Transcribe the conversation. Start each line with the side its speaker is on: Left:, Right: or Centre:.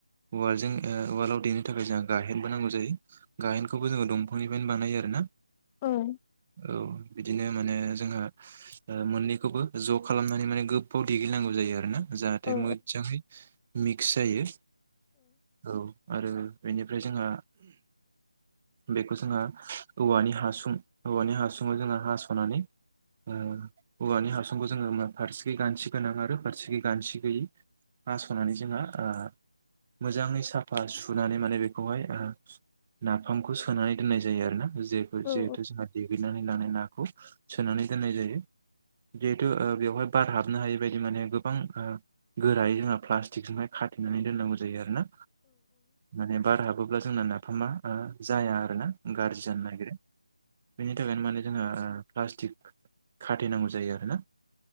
Right: उवालजों ओ उवालआव देनो थाखाय जों गाहेनबो नांगौ जायो गाहेनखौबो जोङो दंफांनिफ्रायनो बानायो आरोना
Left: <inaudible>
Right: औ बिदिनो माने जोंहा मोननैखौबो ज' खालामनानै माने गोबाव देग्लिनांगौ जायो आरोना जाहाथे
Left: औ
Right: मोजाङै मिक्स जायो औ आरो बेनिफ्राय जोंहा बेखौ जोंहा औवानि हासुं औवानि हासुङाव जोंहा हास'नानै ओ औवानि हा सुंखौ जोङो फारसेखि गानथि गोनां आरो फारसेखै गानथि गैयै हास'नानै जोंहा ओ मोजाङै साफा सुनानै माने बेखौहाय ओ नाफामखौ सोनानै दोननाय जायो आरोना जेफोर
Left: औ
Right: जे देग्लिनानै लानाय नाखौ सोनानै दोननाय जायो जिहेथु बेवहाय बार हाबनो हायै बायदि माने गोबां गोरायै जोंहा प्लास्टिकजोंहाय खाथेनानै दोननांगौ जायो आरो ना माने बार हाबोब्ला जोंना नाफामा जाया आरो ना गाज्रि जानो नागेरो बेनि थाखायनो माने जोंहा प्लास्टिक खाथेनांगौ जायो आरोना